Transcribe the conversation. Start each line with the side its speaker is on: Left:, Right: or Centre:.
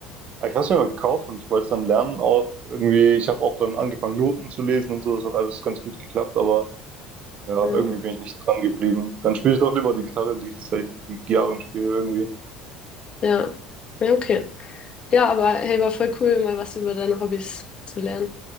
Right: Aber Ich habe es mir mal gekauft und ich wollte es dann lernen auch irgendwie. Ich habe auch dann angefangen, Noten zu lesen und so. Das hat alles ganz gut geklappt, aber ja,
Left: Ja,
Right: irgendwie bin ich nicht dran geblieben. Dann spiele ich doch lieber die Gitarre, die ich seit Jahren spiele irgendwie.
Left: ja. Ja, okay. Ja, aber hey, war voll cool, mal was über deine Hobbys zu lernen.